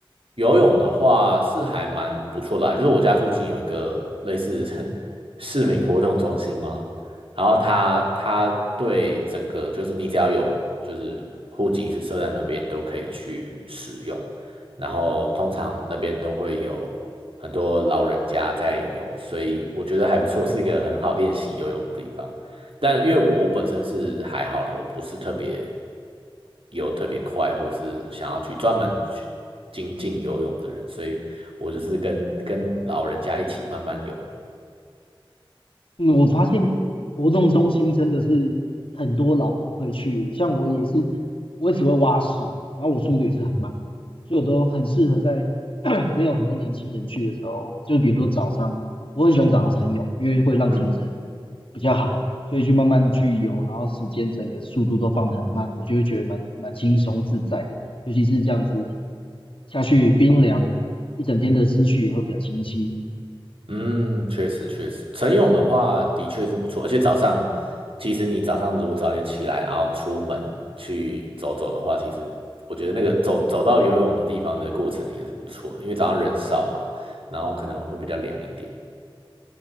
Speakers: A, on the right; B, on the left.
A: 游泳的话是还蛮不错的啊就是我家附近有一个类似 <laughs> 市民活动中心嘛，然后它它对整个就是你只要有就是户籍是设在那边都可以去使用，然后通常那边都会有很多老人家在游，所以我觉得还不错，是一个很好练习游泳的地方。但因为我我本身是还好啦，我不是特别游特别快，或是想要去专门去精进游泳的人，所以我就是跟跟老人家一起慢慢游。
B: 嗯，我发现活动中心真的是很多老人会去耶像我也是，我也只会蛙式，然后我速度也是很慢，所以我都很适合在 <clears throat> 没有很多年轻人去的时候，就比如说早上，我很喜欢早上晨泳，因为会让精神
A: 嗯
B: 比较好，所以去慢慢去游，然后时间整个速度都放得很慢，我就会觉得蛮蛮轻松自在的，尤其是这样子下去冰凉，一整天的思绪也会比较清晰。
A: 嗯，确实确实，晨泳的话的确是不错，而且早上其实你早上如果早点起来，然后出门去走走的话，其实我觉得那个走走到游泳的地方的过程也是不错的，因为早上人少嘛，然后可能会比较凉一点。